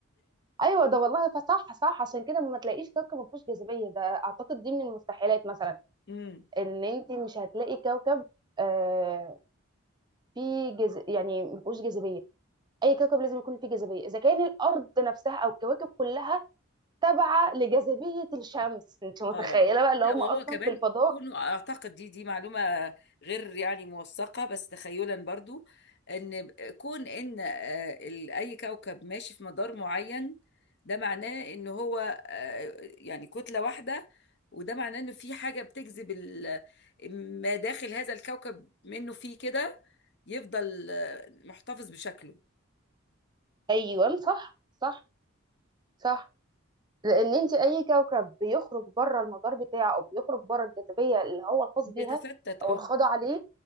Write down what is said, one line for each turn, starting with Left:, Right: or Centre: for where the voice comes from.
Right: ايوه ده والله فصح صح عشان كده ما تلاقيش كوكب ما فيهوش جاذبيه ده اعتقد دي من المستحيلات مثلا
Left: <laughs>
Right: ان انت مش هتلاقي كوكب آه فيه جز... يعني ما فيهوش جاذبيه اي كوكب لازم يكون فيه جاذبيه اذا كان الارض نفسها او الكواكب كلها تابعه لجاذبيه الشمس انت متخيله
Left: اه
Right: بقى اللي
Left: لا
Right: هم
Left: وهو
Right: اصلا
Left: كمان
Right: في الفضاء
Left: كونه اعتقد دي دي معلومه غير يعني موثقه بس تخيلا برضو ان كون ان آه، ال- اي كوكب ماشي في مدار معين ده معناه ان هو آه، يعني كتله واحده وده معناه انه في حاجه بتجذب ال- ما داخل هذا الكوكب منه فيه كده يفضل آه، محتفظ بشكله
Right: ايوه صح صح صح لان انت اي كوكب بيخرج بره المدار بتاعه او بيخرج بره الجاذبيه اللي هو الخاص
Left: بيتفتت
Right: بيها او
Left: اه
Right: الخاضع عليه